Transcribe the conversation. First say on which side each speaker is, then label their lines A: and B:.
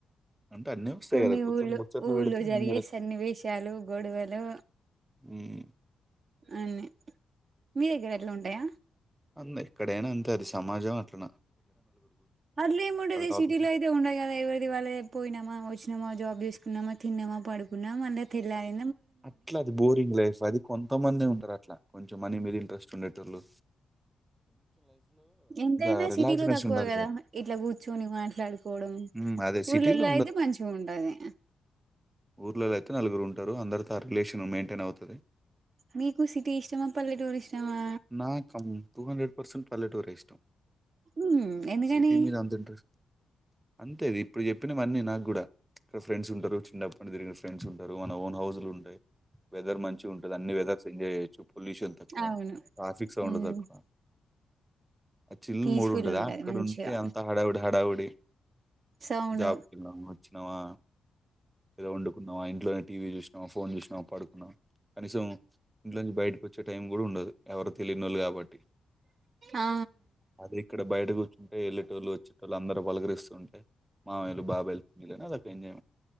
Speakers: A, on the right; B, on the right.
A: అంటే అన్నీ వస్తాయి
B: కొన్ని
A: గదా! కూర్చొని
B: ఊళ్ళు
A: ముచ్చట్లు
B: ఊళ్ళో
A: పెడితే అన్ని
B: జరిగే సన్నివేశాలు, గొడవలు
A: ఉమ్
B: అన్ని, మీ దగ్గర అట్లా ఉంటాయ
A: అంద్ ఎక్కడైనా అంతే అది సమాజమే అట్లనా
B: అట్లే ఏముంటది
A: టాపిక్స్
B: సిటీలో అయితే ఉండదు కదా ఎవరిది వాళ్ళదే పోయినమా వచ్చి ఉన్నమా, జాబ్ చేసుకున్నమా, తిన్నమా పడుకున్నమా, మళ్ళా తెల్లారి
A: అట్లా అది బోరింగ్ లైఫ్ అది కొంతమందె ఉంటరు అట్లా కొంచెం. మనీ మీద ఇంట్రెస్ట్ ఉండేటోళ్లు
B: ఎంతైనా
A: ఆ రిలాక్స్‌నెస్
B: సిటీలో తక్కువ
A: ఉండాలి
B: కదా
A: గదా!
B: ఇట్లా కూర్చొని మాట్లాడుకోవడం.
A: హ్మ్. అదే సిటీలో
B: ఊర్లల్లో అయితే మంచిగాఉంటది.
A: ఊర్లలయితే నలుగురు ఉంటరు, అందరితో ఆ రిలేషన్ మేన్టెన్ అవుతది.
B: మీకు సిటీ ఇష్టమా? పల్లెటూరు ఇష్టమా?
A: నాకం పల్లెటూరే ఇష్టం.
B: ఉమ్ ఎందుకని
A: సిటీ మీద అంత ఇంట్రెస్ట్ అంతే ఇది ఇప్పుడు చెప్పినవన్నీ నాకు కూడా. ఇక్కడ ఫ్రెండ్స్ ఉంటరు, చిన్నప్పనుంచి తిరిగిన ఫ్రెండ్స్ ఉంటరు. మన ఓన్ హౌజ్ లు ఉంటయి. వెదర్ మంచిగా ఉంటది. అన్ని వెదర్స్ ఎంజాయ్ చేయొచ్చు పొల్యూషన్ తక్కువా.
B: అవును
A: ట్రాఫిక్ సౌండ్లు
B: ఉమ్
A: తక్కువా. చిల్
B: పీస్ఫుల్
A: మూడు ఉంటది. అక్కడ
B: మంచిగా
A: ఉంటే అంత హడావుడి హడావుడి
B: సౌండ్
A: జాబ్కి వెళ్ళినామా వచ్చినమా ఎదో వండుకున్నావా, ఇంట్లోనే టీవీ చూశినవా ఫోన్ చూసినావా పడుకున్నవా. కనీసం ఇంట్లో నుంచి బయటకు వచ్చే టైం కూడా ఉండదు ఎవరు తెలియనోళ్ళు కాబ ట్టి,
B: ఆ
A: అదే ఇక్కడ బయట కూర్చుంటే ఎల్లెటోళ్ళు వచ్చేటోళ్ళు అందరు పలకరి స్తుంటే మామయ్యలు బాబాయిలు పిన్నిలని అదొక ఎంజాయ్మెంట్.